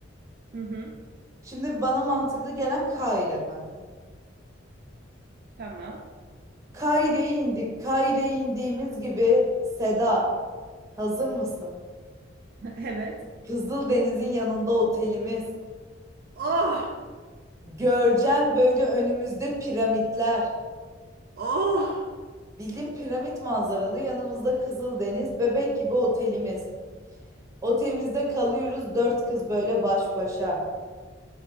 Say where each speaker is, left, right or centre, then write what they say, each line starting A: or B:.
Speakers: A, on the right; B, on the right.
A: Hı hı.
B: Şimdi bana mantıklı gelen Kahire kanka.
A: Tamam.
B: Kaire'ye indik. Kaire'ye indiğimiz gibi Seda, hazır mısın?
A: <laughs> Evet.
B: Kızıldeniz'in yanında otelimiz.
A: Oh!
B: Görcen böyle önümüzde piramitler.
A: Oh!
B: Bildiğin piramit manzaralı yanımızda Kızıldeniz, bebek gibi otelimiz. Otelimizde kalıyoruz dört kız böyle baş başa.